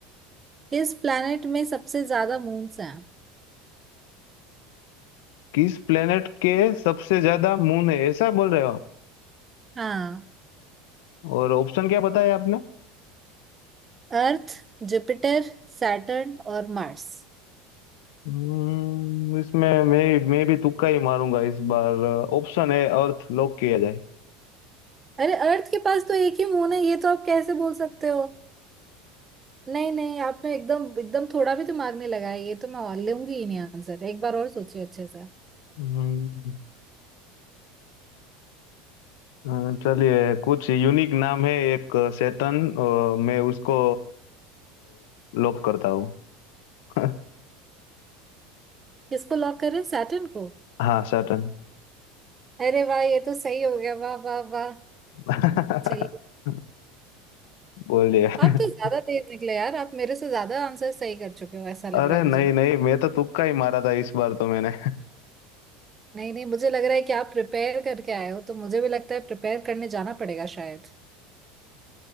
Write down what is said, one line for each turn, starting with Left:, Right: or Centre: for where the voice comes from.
Right: इस प्लैनेट में सबसे ज्यादा मून्स हैं
Left: किस प्लेनेट के सबसे ज्यादा मून है ऐसा बोल रहे हो आप?
Right: हाँ
Left: और ऑप्शन क्या बताया आपने
Right: अर्थ जुपिटर सैटर्न और मार्स
Left: हम्म, इसमें मैं मैं भी तुक्का ही मारूंगा इस बार ऑप्शन है अर्थ लॉक किया जाए
Right: अरे अर्थ के पास तो एक ही मून है ये तो आप कैसे बोल सकते हो नहीं नहीं आपने एकदम एकदम थोड़ा भी दिमाग नहीं लगाया ये तो मैं और लूंगी ही नहीं आंसर एक बार और सोचिए अच्छे से
Left: हम्म, अ, चलिए कुछ यूनिक नाम है एक सैटर्न अ, मैं उसको लॉक करता हूँ <laughs>
Right: किसको लॉक करें सैटर्न को
Left: हाँ सैटर्न
Right: अरे वाह ये तो सही हो गया वाह वाह वाह
Left: <laughs>
Right: चलिए
Left: बोलिए <laughs>
Right: आप तो ज्यादा तेज निकले यार आप मेरे से ज्यादा आंसर सही कर चुके हो ऐसा लग
Left: अरे
Right: रहा है मुझे
Left: नहीं नहीं मैं तो तुक्का ही मारा था इस बार तो मैंने
Right: नहीं नहीं मुझे लग रहा है कि आप प्रिपेयर करके आए हो तो मुझे भी लगता है प्रिपेयर करने जाना पड़ेगा शायद